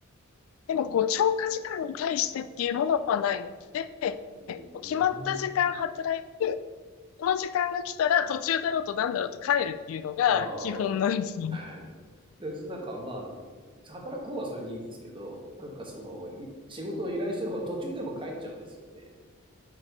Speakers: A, on the left; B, on the right.
A: でも、こう、超過時間に対してっていうものはないので、
B: うーん。
A: もう決まった時間働い、この時間が来たら途中だろうとなんだろうと帰るっていうのが基本なんですよ。
B: ああ。<laughs> で、なんかまあ、働く方はそれでいいですけど、なんかその、い仕事を依頼してる方は途中でも帰っちゃうんですよね。